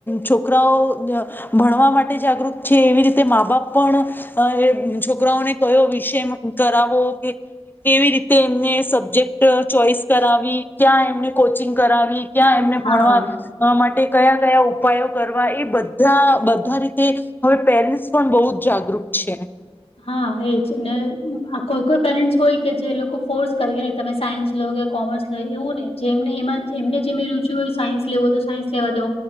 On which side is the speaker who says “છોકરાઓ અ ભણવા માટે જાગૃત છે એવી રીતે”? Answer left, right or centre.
Left